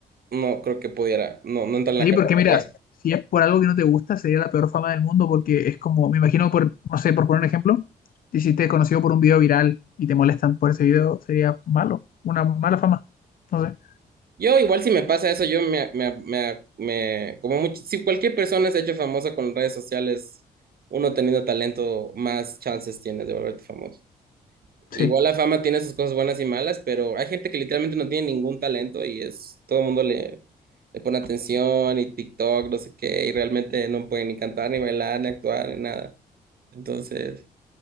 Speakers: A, on the right; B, on the left.
A: no creo que pudiera, no, no entra en
B: Sí,
A: la categoría.
B: porque mira, si es por algo que no te gusta, sería la peor fama del mundo, porque es como, me imagino, por, no sé, por poner un ejemplo, te hiciste conocido por un video viral y te molestan por ese video, sería malo, una mala fama. No sé.
A: Yo igual si me pasa eso, yo me, me, me, me- como mucho, si cualquier persona se ha hecho famosa con redes sociales, uno teniendo talento, más chances tienes de volverte famoso.
B: Sí.
A: Igual la fama tiene sus cosas buenas y malas, pero hay gente que literalmente no tiene ningún talento y es, todo el mundo le, le pone atención y TikTok, no sé qué, y realmente no pueden ni cantar, ni bailar, ni actuar, ni nada. Entonces,